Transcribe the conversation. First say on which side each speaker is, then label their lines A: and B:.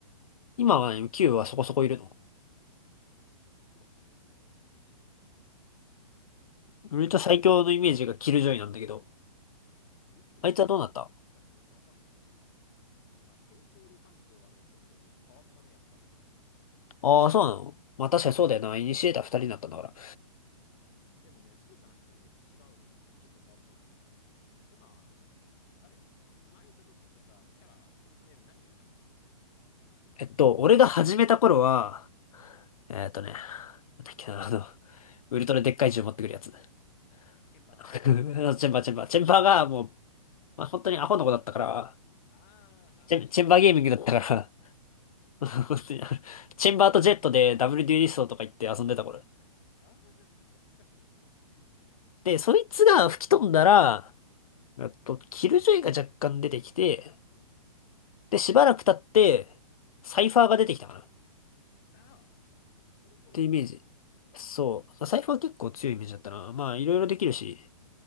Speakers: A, on the left; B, on the left.
A: 今はね、9はそこそこいるの。
B: どうだっけ今。うーん。
A: 俺と最強のイメージがキルジョイなんだけど、
B: あ、90位って今9だっけ
A: あいつはどうなった
B: ?8 だっけわかんない。あ、センチネル環境はね、ちょっと変わったね、やっぱり。
A: ああー、そうなのまあ確かにそうだよな。イニシエーター2人になったんだから。
B: でもね、そうじゃなくてね、違うんだ。ちょっと変わったんだよね。今、あれ前いた時ってさ、キャラ、センチネル何がいたっけそ
A: えっと、俺が始めた頃は、
B: うん。
A: えーっとね、なんだっけなあの、ウルトラでっかい銃持ってくるやつ。<laughs>
B: ケンバー。
A: あのチェンバー、チェンバー。チェンバーがもう、まあ、本当にアホの子だったから、
B: あーあー、
A: チェン、
B: あの頃か。
A: チェンバーゲーミングだったから、<laughs> 本当に、チェンバーとジェットでダブルデュエリストとか言って遊んでた頃。
B: ああ、懐かしい。
A: で、そいつが吹き飛んだら、えっと、キルジョイが若干出てきて、
B: うん。
A: で、しばらく経って、サイファーが出てきたかなっ
B: ああ、その頃なんだ。
A: てイメージ。そう。サイファー結構強いイメージだったな。まあ、いろいろできるし。